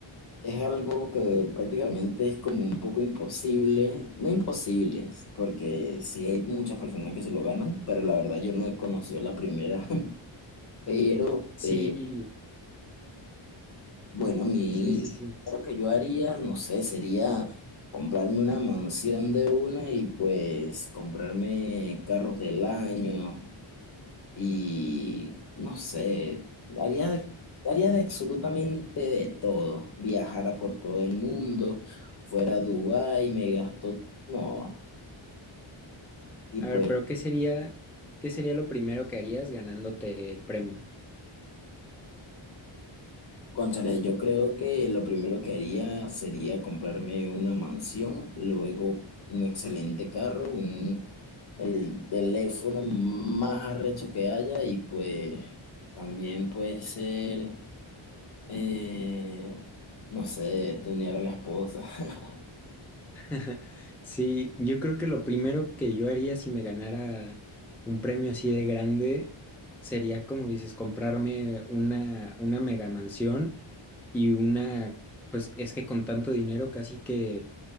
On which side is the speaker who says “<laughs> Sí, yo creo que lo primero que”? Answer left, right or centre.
Centre